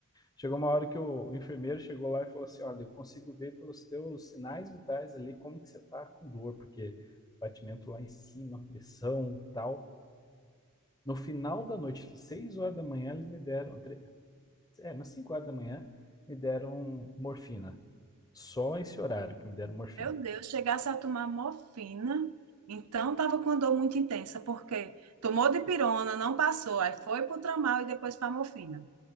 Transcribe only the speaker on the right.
Meu Deus, chegasse a tomar morfina, então tava com dor muito intensa, porque tomou dipirona, não passou, aí foi pro tramal e depois para morfina.